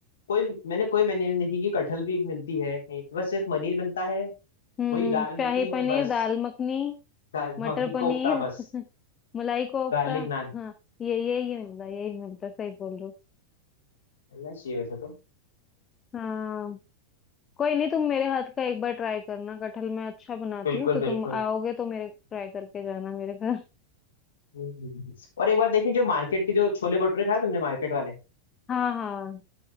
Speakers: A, on the left (about 60°); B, on the left (about 25°).
A: कोई मैंने कोई मेन्यू नहीं देखी कि कटहल भी मिलती है कहीं बस सिर्फ पनीर मिलता है
B: हम्म
A: वही दाल मिलती
B: शाही
A: है
B: पनीर
A: बस
B: दाल मखनी
A: दाल
B: मटर
A: मखनी
B: पनीर
A: कोफ्ता बस
B: <laughs> मलाई कोफ्ता
A: गार्लिक नान
B: हाँ ये यही मिलता यही मिलता सही बोल रहे हो
A: मिलना चाहिए वैसे तो
B: हाँ कोई नहीं तुम मेरे हाथ का एक बार ट्राई करना कटहल मैं अच्छा बनाती
A: बिल्कुल
B: हूँ तो तुम
A: बिल्कुल
B: आओगे तो मेरे ट्राई करके जाना मेरे घर
A: हम्म। और एक बार देखिए जो मार्केट के जो छोले भटूरे खाए तुमने मार्केट वाले
B: हाँ हाँ